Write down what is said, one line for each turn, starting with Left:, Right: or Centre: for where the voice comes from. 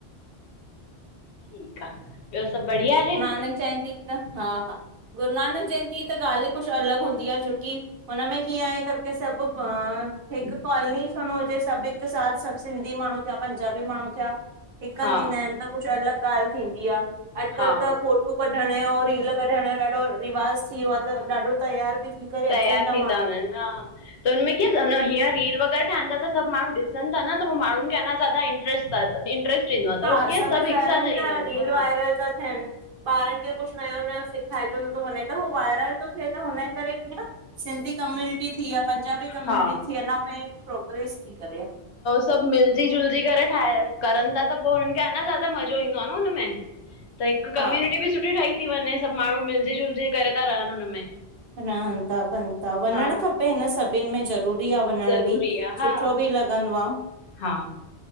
Left: ठीकु आ, ॿियो सभु बढ़िया आहिनि?
Right: न चईंदी। त हा हा, गुरू नानक जयंती जी त ॻाल् ई कुछु अलॻि हूंदी आ छोकी हुनमें कीअं आहे, करिके सभु पाण, हिकु कॉलनी छो न हुजे सभु हिकु साथ सभु सिंधी माण्हूं थिया। पंजाबी माण्हूं थिया, हिक हंध
Left: हा
Right: ईंदा इनि त कुछु अलॻि ॻाल्हि थींदी आ अॼुकल
Left: हा
Right: त फोटू कढण यो, रील कढण यो ॾाढो रवाज़ थी वियो आ त, ॾाढो तयार बि थी करे
Left: तयार
Right: अचनि
Left: थी
Right: माण्हू
Left: था वञनि, हा। त हुनमें कीअं न हअं रील वग़ैरह ठहनि था त सभु माण्हूं ॾिसन था न त पोइ माण्हुनि खे अञां ज़्यादा इंटरस्ट इंट्रस्ट ईंदो आ
Right: हा
Left: त, होस् सभु
Right: शहरनि
Left: हिक साथ
Right: जा
Left: ईंदा
Right: रील
Left: इनि,
Right: वायरल
Left: हा।
Right: था थियनि। ॿारनि खे कुछु नयों नयो सिख खाइजंदो थो वञे त, हू वायरल तो थिए त हुनजे करे कीअं सिंधी कम्यूनिटी थी या पंजाब कम्युनिटी
Left: हा हा
Right: थी अञां ताईं प्रोग्रेस थी करे।
Left: सभ मिलजी जुलजी करे ठाहे करन था त पो हुन खे आहे न ज्यादा मज़ो ईंदो आहे न हुनमें। त हिक कम्यूनिटी
Right: हा
Left: बि सुठी ठही थी वञे सभु माण्हू मिलजी जुलजी करे था रहन हुनमें।
Right: रहन था कयूं था वञण
Left: हा
Right: खपे हिन सभिन में ज़रूर। विया वञण
Left: ज़रूरी
Right: बि
Left: आहे
Right: सुठो
Left: हा
Right: बि लॻंदो आ।
Left: हा